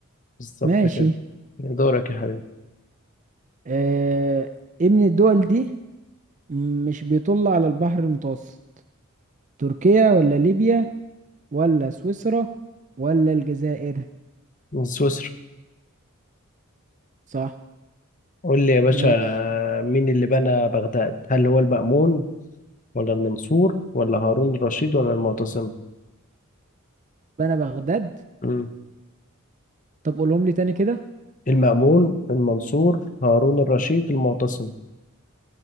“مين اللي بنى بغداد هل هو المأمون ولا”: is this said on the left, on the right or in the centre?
Left